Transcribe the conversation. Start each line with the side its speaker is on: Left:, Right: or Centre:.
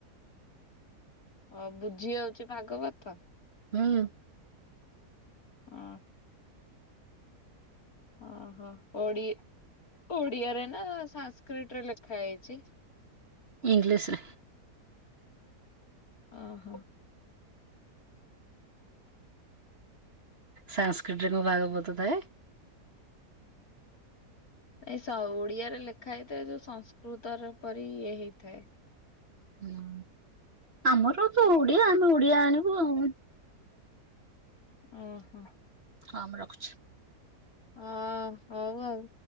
Left: ଆଉ ବୁଝି ଯାଉଛି ଭାଗବତ।
Right: ହୁଁ।
Left: ଅ ଓହୋ ଓଡି ଓଡିଆ ରେ ନା ସାଂସ୍କ୍ରିଟ୍ ରେ ଲେଖା ହେଇଛି।
Right: ଇଂଲିଶ୍ ରେ।
Left: ଅ ହ।
Right: ସାଂସର୍କିଟ ରେ କଁ ଭାଗବତ ଥାଏ।
Left: ନାଇଁ ସ ଓଡିଆ ରେ ଲେଖା ହେଇଥାଏ ଯୋଉ ସଂସ୍କୃତର ପରି ଇଏ ହେଇଥାଏ।
Right: ହୁଁ ଆମର ତ ଓଡିଆ ଆମେ ଓଡିଆ ଆଣିବୁ ଆଉ।
Left: ଉଁ ହୁଁ।
Right: ହଁ ମୁଁ ରଖୁଛି।
Left: ହଁ ହଉ ଆଉ।